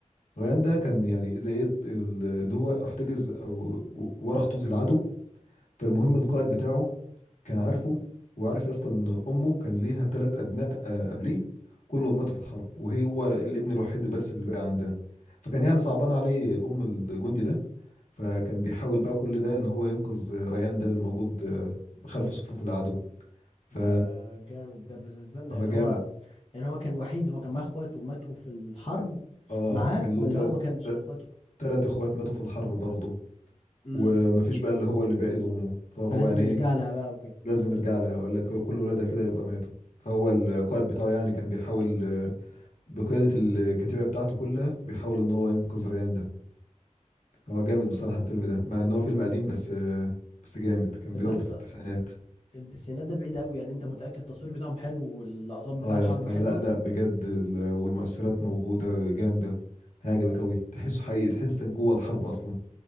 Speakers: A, on the left; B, on the left.
A: ريان ده كان يعني زي ايه ال- اللي هو احتجز او ورا خطوط العدو فالمهم القائد بتاعه كان عارفه وعارف يا اسطى ان امه كان ليها ثلاث ابناء آه، قبليه كلهم ماتوا في الحرب وهي هو الابن الوحيد بس اللي بقى عندها فكان يعني صعبان عليه ام الجندي ده فكان بيحاول بقى كل ده ان هو ينقذ آه، ريان ده اللي موجود آه، خلف صفوف العدو ف
B: ده جامد ده بس استنى
A: هو
B: يعني
A: جامد
B: هو يعني هو كان وحيد هو كان معاه اخواته وماتوا في الحرب
A: اه
B: معاه
A: كان
B: ولا
A: له ثلاث
B: هو ما كانش اخواته
A: ثلاث اخوات ماتوا في الحرب برضه
B: امم
A: ومفيش بقى اللي هو اللي باقي لامه فهو
B: فلازم
A: يعني
B: يرجع
A: ايه
B: لها بقى وكده
A: لازم يرجع لها ولا ك- كل ولادها كده يبقى ماتوا فهو القائد بتاعه يعني كان بيحاول آه، بقيادة الكتيبة بتاعته كلها بيحاول ان هو ينقذ ريان ده هو
B: طب
A: جامد
B: والله
A: بصراحة الفيلم
B: حلو
A: ده مع ان هو فيلم قديم بس بس جامد كان
B: طب
A: برضه
B: يا اسطى
A: في التسعينات
B: انت السينات ده بعيد قوي يعني انت متأكد التصوير بتاعهم حلو واللقطات بتاع
A: اه
B: الحرب
A: يا اسطى
B: حلوة
A: لا لا بجد ال- والمؤثرات موجودة جامدة هيعجبك قوي تحسه حقيقي تحسك جوه الحرب اصلا